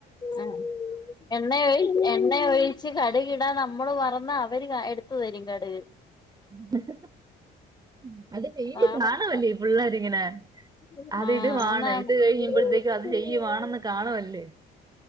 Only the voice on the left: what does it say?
ആ എണ്ണയ ഒഴിച് എണ്ണയ ഒഴിച്ച് കടുകിടാ നമ്മള് തുറന്നാ അവര് എടുത്തു തരും കടക്
അതാണ്
ആഹ്
ആന്നാന്ന്
ഉം